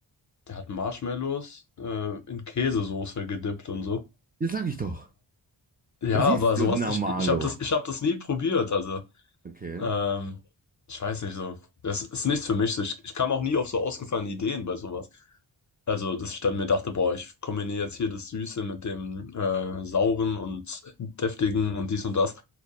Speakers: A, on the left; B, on the right.
A: der hat Marshmallows äh, in Käsesoße gedippt und so.
B: Das sag ich doch.
A: Ja,
B: Das ist
A: aber
B: so
A: sowas,
B: normalo.
A: ich, ich habe das, ich hab das nie probiert. Also,
B: Okay.
A: ähm, ich weiß nicht so. Das ist nichts für mich. so. Ich, ich kam auch nie auf so ausgefallene Ideen bei sowas. Also, dass ich dann mir dachte, boah, ich kombiniere jetzt hier das Süße mit dem äh, Sauren und Deftigen und dies und das.